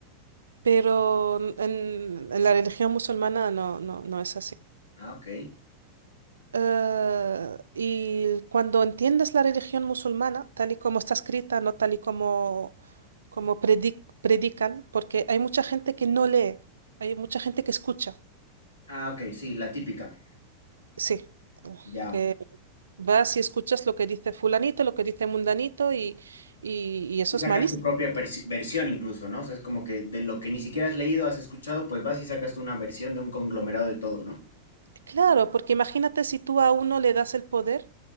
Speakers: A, on the right; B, on the left.
A: Pero en, en la religión musulmana no, no, no es así.
B: ah, ok.
A: Eh, y cuando entiendes la religión musulmana, tal y como está escrita, no tal y como, como predi- predican, porque hay mucha gente que no lee, hay mucha gente que escucha,
B: Ah, ok, sí, la típica.
A: sí,
B: Ya.
A: que vas y escuchas lo que dice fulanito, lo que dice mundanito, y, y, y eso
B: Y Sacas
A: es malísimo.
B: tu propia persi- versión incluso, ¿no? O sea, es como que de lo que ni siquiera has leído, has escuchado, pues vas y sacas tú una versión de un conglomerado de todo, ¿no?
A: Claro, porque imagínate si tú a uno le das el poder